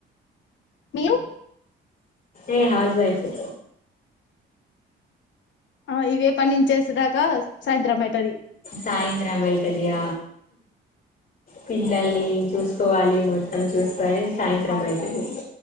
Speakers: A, on the left (about 70°); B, on the left (about 45°).
A: మీరు
B: ఏ హౌస్ వైఫె
A: ఆ ఇవే పనించేస్తుదాకా సాయంత్రం అయితది
B: సాయంత్రం అయితదియ పిల్లల్ అని చూసుకోవాలి మొత్తం చూస్ పయి సాయంత్రం
A: అవును
B: అయితది